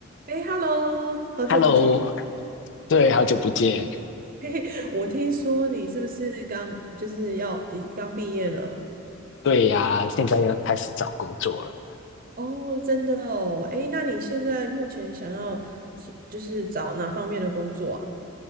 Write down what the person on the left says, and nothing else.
Hello，对，好久不见。
对呀，现在要开始找工作了。